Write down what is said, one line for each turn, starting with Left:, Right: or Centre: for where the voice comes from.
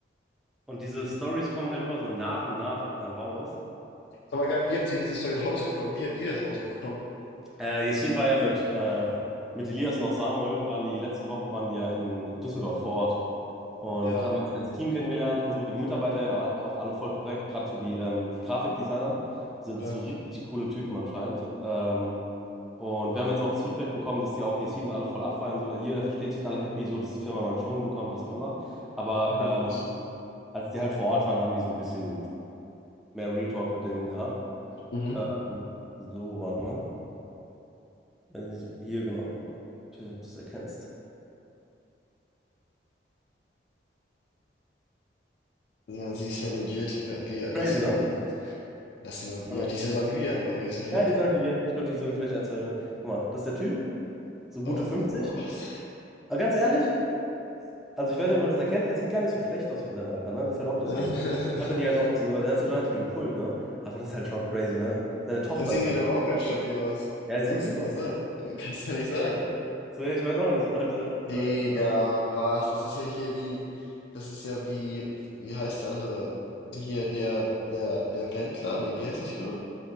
Centre: und diese Stories kommen halt immer so nach und nach dann raus.
Left: Aber geil, wie habt ihr diese Story <laughs> rausbekommen? Wie habt ihr das rausbekommen?
Centre: Äh, Yassin war ja mit, äh, mit Elias noch Samuel, waren die letzte Woche waren die ja in Düsseldorf vor Ort und
Left: Ja,
Centre: haben wir das ganze Team kennengelernt und so. Die Mitarbeiter ja auch alle voll korrekt, gerade so die, ähm, die Grafikdesigner sind
Left: ja,
Centre: so richtig coole Typen anscheinend. Ähm, und wir haben jetzt auch das Feedback bekommen, dass die auch Yassin alle voll abfeiern. So, jeder versteht sich, sind alle happy, so dass die Firma neuen Schwung bekommt, was auch immer. Aber
Left: ich kann das.
Centre: ähm, als die halt vor Ort waren, haben die so ein bisschen mehr Real Talk mit denen gehabt.
Left: Mhm.
Centre: Ähm, so, warte mal. Weiß nicht, hier genau. Ich weiß nicht, ob du das erkennst.
Left: Ja, sie ist ja legit. Wir, wir, lass
Centre: Crazy,
Left: sie
Centre: ne?
Left: mal, lass sie mal, wie
Centre: Oder?
Left: alt die ist ja so wie wir einfach mäßig, ne?
Centre: Ja, die sollten wir. Ich glaube, die ist sogar vielleicht eins. der- Guck mal, das ist der Typ, so gute
Left: Oh
Centre: fünfzig
Left: Gott.
Centre: Aber ganz ehrlich, also ich weiß nicht, ob man das erkennt, er sieht gar nicht so schlecht aus für sein Alter, ne? Das ist halt auch
Left: <laughs>
Centre: das Ding. So hatte die halt auch so, also hat er hat er die gepult, ne? Aber das ist halt schon crazy, ne? Seine Tochter
Left: Das sieht
Centre: ist
Left: wieder
Centre: halt.
Left: aber auch ganz stabil aus.
Centre: Ja, er sieht
Left: Kannst
Centre: gut
Left: du gar
Centre: aus,
Left: nicht sagen.
Centre: Mann.
Left: Kannst du nicht sagen.
Centre: So, ja, ich weiß auch nicht. So, also,
Left: Digga,
Centre: da,
Left: aber was? Das ist ja hier wie, das ist ja wie, wie heißt der andere? Die Hier, der, der, der Wendler? Nee, wie heißt der Typ nur?